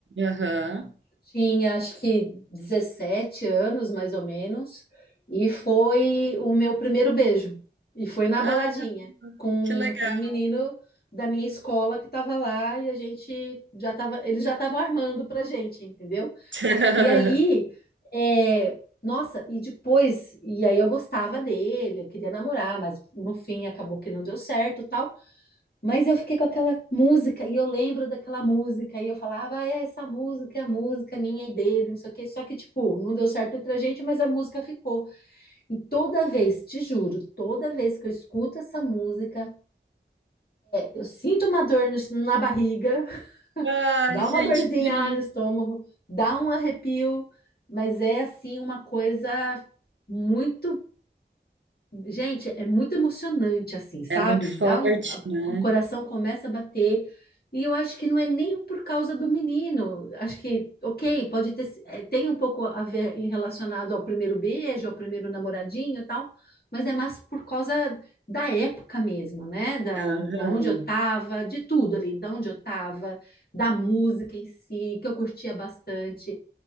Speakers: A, on the right; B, on the left.
A: Aham.
B: Tinha acho que 17 anos, mais ou menos, e foi o meu primeiro beijo. E foi na
A: Ah,
B: baladinha, com
A: que legal.
B: um menino da minha escola que estava lá e a gente já tava, eles já estavam armando pra gente, entendeu?
A: <laughs>
B: E aí, é, nossa, e depois, e aí eu gostava dele, eu queria namorar, mas no fim acabou que não deu certo, tal. Mas eu fiquei com aquela música e eu lembro daquela música e eu falava, ah, é essa música é a música minha e dele, não sei o quê. Só que, tipo, não deu certo entre a gente, mas a música ficou. E toda vez, te juro, toda vez que eu escuto essa música, eu sinto uma dor no- na barriga, <laughs>
A: Ai,
B: dá
A: gente,
B: uma dorzinha
A: que bonito.
B: lá no estômago, dá um arrepio, mas é assim uma coisa muito Gente, é muito emocionante, assim, sabe?
A: É muito forte,
B: Dá um, a-
A: né?
B: o coração começa a bater. E eu acho que não é nem por causa do menino. Acho que, ok, pode ter, si- eh, tem um pouco a ver em relacionado ao primeiro beijo, ao primeiro namoradinho e tal, mas é mais por causa da época mesmo, né? Da,
A: Aham.
B: da onde eu tava, de tudo ali, da onde eu tava, da música em si, que eu curtia bastante.